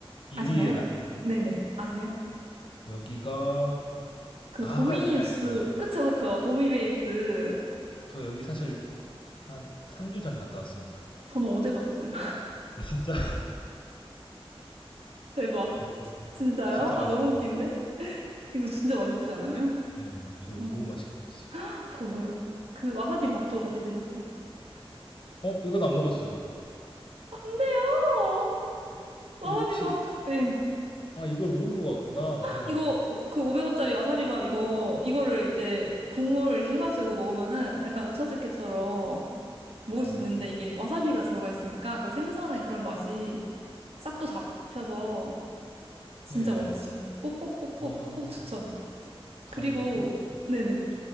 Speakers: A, on the left; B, on the right.
A: 이리에
B: 아시나요?
A: 라면.
B: 네네. 아세요?
A: 여기가
B: 그
A: 아
B: 도미
A: 여기
B: 육수,
A: 알죠.
B: 그쵸, 그쵸. 도미 베이스.
A: 저 여기 사실 한 3주 전에 갔다 왔습니다.
B: 저는 어제 갔어요.
A: 진짜
B: 대박.
A: <laughs> 여기
B: 진짜요?
A: 진짜 맛있어요.
B: 아, 너무 웃긴데? 이거 진짜 맛있지 않아요?
A: 네. 네네. 저 여기
B: 응.
A: 너무 맛있게 먹었어요.
B: 저도요. 그 와사비 밥도 같이 드셨죠?
A: 어 이건 안 먹었어요.
B: 안 돼요! 와사비
A: 어 이 혹시
B: 밥, 예.
A: 아 이걸 모르고 갔구나. 와사비가
B: 이거, 어, 그 500원짜리 와사비 밥, 이거, 이거를 이제 국물 이렇게 해가지고 먹으면은 약간 오차즈케처럼 먹을
A: 어.
B: 수 있는데 이게 와사비가 들어가 있으니까 그 생선의 그런 맛이 싹 또 잡혀서 진짜
A: 네.
B: 맛있어요. 꼭, 꼭, 꼭, 꼭,
A: 아.
B: 꼭 추천.
A: 다음에
B: 그리고,
A: 가면 또 먹어요.
B: 네네.